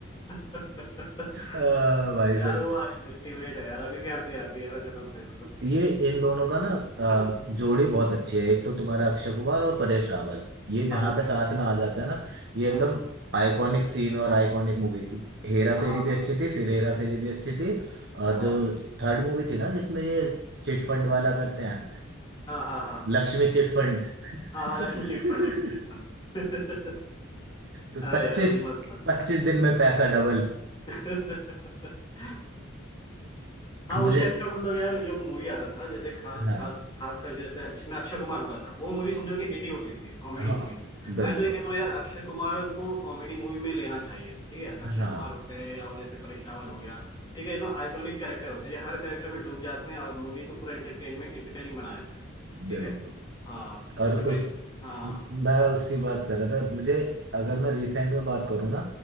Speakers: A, on the left; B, on the right.
A: <laughs>
B: भाई
A: यार
B: साहब
A: वो अल्टीमेट है यार अभी भी हंसी आती है यार कसम से मतलब
B: ये इन दोनों का ना अ,
A: <clears throat>
B: जोड़ी बहुत अच्छी है एक तो तुम्हारा अक्षय कुमार और परेश रावल ये जहाँ
A: हाँ नहीं
B: पे साथ में आ जाते हैं ना ये एकदम
A: हम्म
B: आइकॉनिक सीन और आइकॉनिक मूवी हेरा
A: हाँ
B: फेरी भी अच्छी थी फिर हेरा फेरी भी अच्छी थी और
A: हाँ
B: जो थर्ड मूवी थी ना जिसमें ये चिटफंड वाला करते हैं
A: हाँ हाँ हाँ
B: लक्ष्मी चिटफंड अरे,
A: हाँ हाँ Laxmi chit fund Laxmi chit fund <laughs>
B: तो
A: अरे
B: पच्चीस
A: यार मस्त
B: पच्चीस दिन
A: था।
B: में पैसा डबल
A: <laughs> हाँ
B: मुझे
A: उस टाइम का मतलब यार जो मूवी आता था जैसे खास
B: हाँ
A: खास खास कर जैसे जिसमें अक्षय कुमार होता था वो मूवी समझो कि हिट ही होती थी कॉमेडी
B: हाँ
A: मूवी
B: बिल्कुल
A: मैं तो ये कहता हूँ यार अक्षय कुमार को कॉमेडी मूवी में लेना चाहिए ठीक है अक्षय
B: हाँ
A: कुमार हो गए और जैसे परेश रावल हो गया ठीक है ये तो आइकॉनिक कैरेक्टर होते हैं ये हर कैरेक्टर में डूब जाते हैं और मूवी को पूरा एंटरटेनमेंट एंटरटेनिंग बना देते हैं
B: बिल्कुल
A: ठीक है हाँ
B: और
A: जैसे कोई
B: उस
A: हाँ
B: मैं उसकी बात कर रहा था मुझे अगर मैं रिसेंट में बात करूँ ना